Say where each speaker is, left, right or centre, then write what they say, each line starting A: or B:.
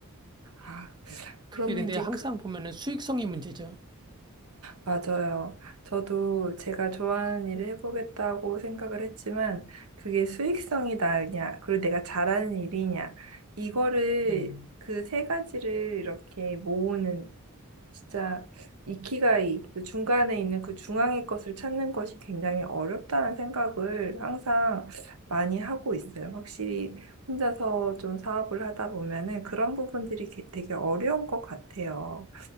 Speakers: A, on the right; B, on the right.
A: 아, 그러면
B: 그게 근데
A: 이제
B: 항상
A: 그
B: 보면은 수익성이 문제죠.
A: 맞아요. 저도 제가 좋아하는 일을 해보겠다고 생각을 했지만, 그게 수익성이 나으냐, 그리고 내가 잘하는 일이냐, 이거를,
B: 음.
A: 그 세 가지를 이렇게 모으는, 진짜, 이키가이, 그 중간에 있는 그 중앙의 것을 찾는 것이 굉장히 어렵다는 생각을 항상 많이 하고 있어요. 확실히 혼자서 좀 사업을 하다 보면은 그런 부분들이 게- 되게 어려운 것 같아요.